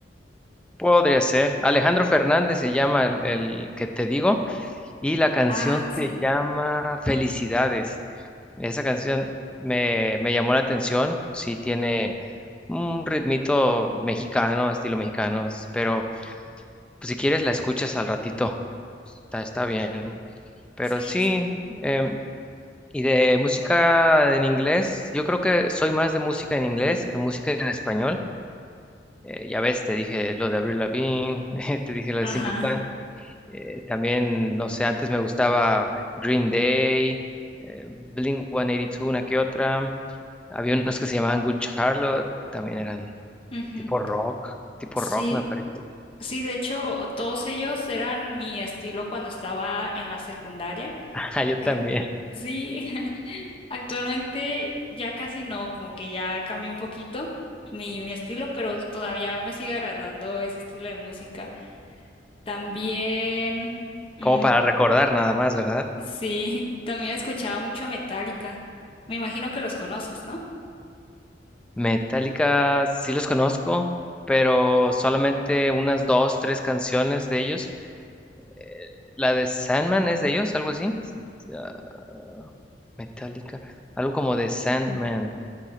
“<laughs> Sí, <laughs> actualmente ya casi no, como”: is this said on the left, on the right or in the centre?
Left